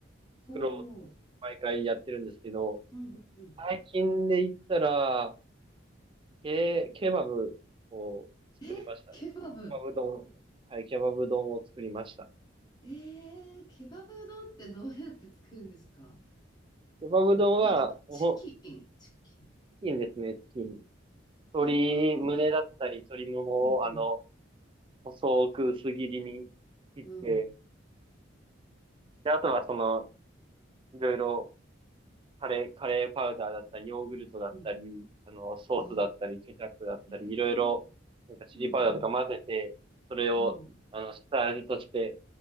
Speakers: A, on the left; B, on the right.
A: お
B: 作ろうって毎回やってるんですけど、
A: ー、うんうんうん。
B: 最近で言ったら、ケ、ケバブを作りましたね。
A: え、ケバブ。
B: ケバブ丼。はい、ケバブ丼を作りました。
A: えー、ケバブ丼ってどうやって作るんですか
B: ケバブ丼は、
A: 豚、あ、
B: お、
A: チキン、チキン。
B: チキンですね、チキン。鶏胸だったり、
A: ああ、
B: 鶏ももを、
A: うんうん、
B: あの、細く薄切りに切って、
A: うん、
B: で、あとはその、いろいろ、カレー、カレーパウダーだったり、ヨーグルトだったり、
A: うん。
B: あの、ソースだったり、
A: あ、
B: ケチャップだったり、
A: えー、
B: いろいろ、なんかチリパウダーとか混ぜて、
A: うんうん、
B: それを、
A: うん。
B: あの、下味として